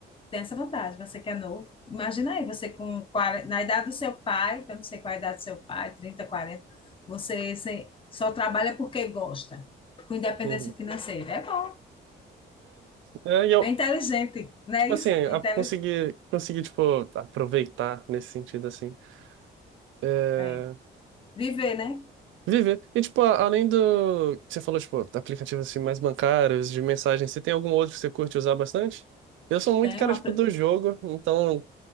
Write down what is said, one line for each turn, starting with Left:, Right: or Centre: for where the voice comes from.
Left: Tem essa vantagem, você que é novo. Imagina aí, você com 40, na idade do seu pai, eu não sei qual é a idade do seu pai, 30, 40, você, você só trabalha porque gosta, com independência
Right: uhum.
Left: financeira. É bom,
Right: É, é, e eu,
Left: é inteligente, não
Right: tipo
Left: é isso?
Right: assim, a-
Left: É inteligente.
Right: conseguir, conseguir, tipo, aproveitar nesse sentido, assim. É,
Left: É. Viver, né?
Right: Viver. E, tipo, a- além do. que Você falou, tipo, aplicativos assim, mais bancários, de mensagem, você tem algum outro que você curte usar bastante? Eu sou muito
Left: Tem
Right: cara,
Left: uma
Right: tipo, do jogo, então